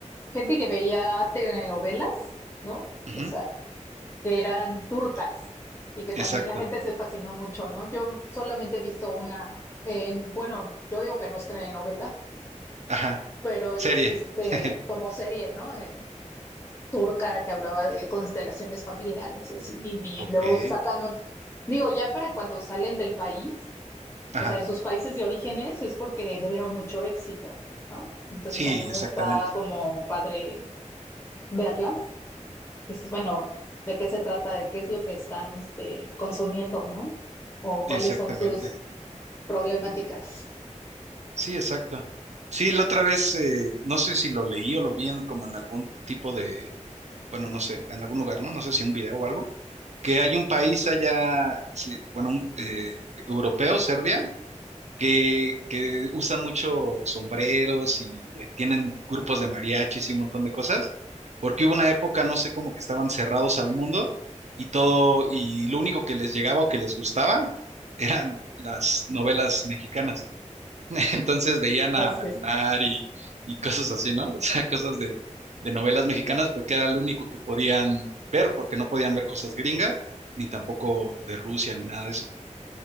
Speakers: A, on the left; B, on the right.
A: gente que veía telenovelas, ¿no?
B: Ujú,
A: O sea, que eran turcas y que
B: exacto.
A: también la gente se fascinó mucho, ¿no? Yo solamente he visto una, en, bueno, yo digo que no es telenovela,
B: Ajá.
A: pero es
B: Serie.
A: este
B: <laughs>
A: como serie, ¿no? En- turca que hablaba de constelaciones familiares y así, y, y
B: Ok.
A: luego sacan un, digo, ya para cuando salen del país,
B: Ajá.
A: o sea, de sus países de orígenes, es porque tuvieron mucho éxito, ¿no? Entonces
B: Sí,
A: también
B: exactamente.
A: está como padre verlas, y dices, bueno, ¿de qué se trata? ¿De qué es lo que están este, consumiendo, ¿no? O cuáles
B: Exactamente.
A: son sus problemáticas.
B: Sí, exacto. Sí, la otra vez, eh, no sé si lo leí o lo vi en como en algún tipo de, bueno, no sé, en algún lugar, ¿no? No sé si un video o algo, que hay un país allá, que sí, bueno, un, eh, europeo, Serbia, que, que usan mucho sombreros y eh, tienen grupos de mariachis y un montón de cosas, porque hubo una época, no sé, como que estaban cerrados al mundo y todo, y lo único que les llegaba o que les gustaba <laughs> eran las novelas mexicanas. <laughs> Entonces veían
A: Entonces,
B: a Marimar y, y cosas así, ¿no? <laughs> O sea, cosas de, de novelas mexicanas porque era lo único que podían ver, porque no podían ver cosas gringas, ni tampoco de Rusia, ni nada de eso